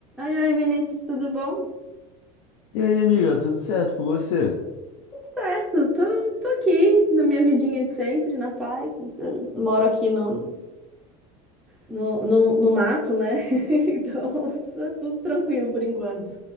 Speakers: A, in the centre; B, on the left.
A: Oi, oi, Vinícius, tudo bom?
B: E aí, amiga, tudo certo com você?
A: Certo, tô, tô aqui na minha vidinha de sempre, na paz. Eu Moro aqui no, no, no, no mato, né? <laughs> Então, tá tudo tranquilo por enquanto.